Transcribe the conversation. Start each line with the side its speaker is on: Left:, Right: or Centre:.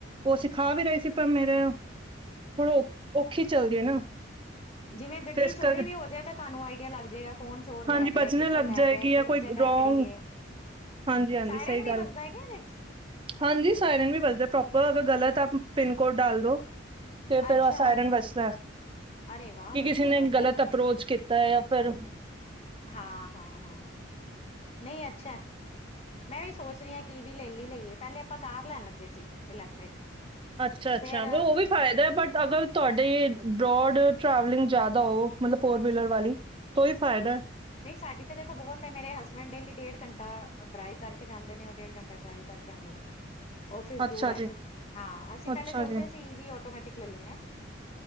Right: ਉਹ ਸਿਖਾ ਵੀ ਰਹੀ ਸੀ, ਪਰ ਮੇਰੇ ਹੁਣ ਔਖੀ ਚੱਲਦੀ ਹੈ ਨਾ।
Left: ਜਿਵੇਂ ਗੱਡੀ
Right: ਤੇ ਇਸ
Left: ਚੋਰੀ
Right: ਕਰਕੇ
Left: ਵੀ ਹੋ ਜਾਏ ਤਾਂ ਤੁਹਾਨੂੰ ਆਈਡੀਆ ਲੱਗ ਜਾਏਗਾ ਕੌਣ ਚੋਰ
Right: ਹਾਂਜੀ
Left: ਲੈ ਗਿਆ
Right: ਬਜਣੇ
Left: ਕਿੱਥੇ
Right: ਲੱਗ
Left: ਲੈ
Right: ਜਾਏਗੀ
Left: ਗਿਆ ਕਿਹੜੀ
Right: ਜਾਂ ਕੋਈ
Left: ਜਗ੍ਹਾ
Right: ਰੋਂਗ
Left: ਖੜੀ ਹੈ
Right: ਹਾਂਜੀ ਹਾਂਜੀ
Left: ਸਾਇਾਰਨ
Right: ਸਹੀ
Left: ਵੀ
Right: ਗੱਲ
Left: ਵਸਦਾ ਹੈਗਾ ਇਹਦੇ ਚ।
Right: ਹਾਂਜੀ ਸਾਈਰਨ ਵੀ ਵਜਦਾ ਪ੍ਰੋਪਰ ਅਗਰ ਗਲਤ ਆ ਪਿੰਨ ਕੋਡ ਡਾਲ ਦੋ। ਤੇ ਫੇਰ
Left: ਅੱਛਾ
Right: ਅ ਸਾਇਰਨ ਵੱਜਦਾ
Left: ਅਰੇ ਵਾਹ
Right: ਕਿ
Left: ਵਧੀਆ
Right: ਕਿਸੇ ਨੇ
Left: ਫਿਰ
Right: ਗ਼ਲਤ
Left: ਤੇ
Right: ਅਪਰੋਚ ਕੀਤਾ ਜਾਂ ਫਿਰ
Left: ਹਾਂ ਹਾਂ ਹਾਂ ਨਹੀਂ ਅੱਛਾ। ਮੈਂ ਵੀ ਸੋਚ ਰਹੀ ਹਾਂ ਕਿ ਵੀ ਲੈ ਲ ਲਈਏ ਪਹਿਲੇ ਆਪਾਂ ਤਾਰ ਲੈਣ ਲੱਗੇ ਸੀ ਇਲੈਕਟ੍ਰਿਕ।
Right: ਅੱਛਾ ਅੱਛਾ
Left: ਫੇਰ
Right: ਬਟ ਉਹ ਵੀ ਫਾਇਦਾ ਹੈ ਬਟ ਅਗਰ ਤੁਹਾਡੇ ਬਰੋਡ ਟਰੈਵਲਿੰਗ ਜਿਆਦਾ ਹੋ ਮਤਲਬ ਫੋਰ ਵੀਲਰ ਵਾਲੀ ਤੋਂ ਹੀ ਫਾਇਦਾ।
Left: ਨਹੀਂ, ਸਾਡੀ ਤਾਂ ਦੇਖੋ ਬਹੁਤ ਤੇ ਮੇਰੇ ਹਸਬੈਂਡ ਡੇਲੀ ਡੇਢ ਘੰਟਾ ਡਰਾਈਵ ਕਰਕੇ ਜਾਂਦੇ ਨੇ ਔਰ ਡੇਢ ਘੰਟਾ ਡਰਾਈਵ ਕਰਕੇ ਆਂਦੇ ਨੇ। ਓਫਿਸ
Right: ਅੱਛਾ
Left: ਦੂਰ ਹੈਗਾ,
Right: ਜੀ
Left: ਹਾਂ ਅਸੀਂ ਪਹਿਲੇ
Right: ਅੱਛਾ
Left: ਸੋਚ
Right: ਜੀ,
Left: ਰਹੇ ਅ ਈ ਵੀ ਆਟੋਮੈਟਿਕ ਲੈ ਲੈਂਦੇ ਹਾਂ।